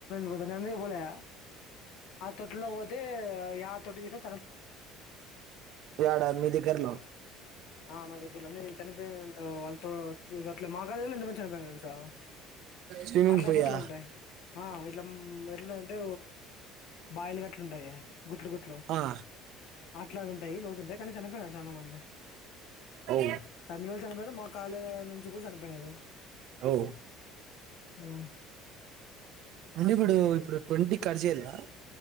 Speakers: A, on the left; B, on the right.
A: పోత నందుక పోలే ఆ తొట్లో పోతే తోటి చోసిన
B: ఎడా మీ దగరలో
A: ఆ మ దగరలో అన్నీ చనిపోయి వాళ్ళతో అట్ మా కాళ ఎంత మంది చనిపోయినా తెలుసా
B: స్విమింగ్
A: అట్లా
B: పోయా
A: చోట్లు ఉంటాయి ఆ ఇట్లా ఎట్లా అంటే బాయిల్ గట్లు ఉంటాయ గుట్లు గుట్లు
B: ఆ
A: అట్లాది ఉంటాయి లోతుంటాయి కానీ చనిపోయిారు చాలా మంది
B: ఓ
A: తమిళజు చనిపోయారు మా కళే నుంచి కూడా చనిపోయి
B: ఓ
A: ఆ
B: అంటే ఇప్పుడు ఇప్పుడు ట్వంటీ కర్జేలా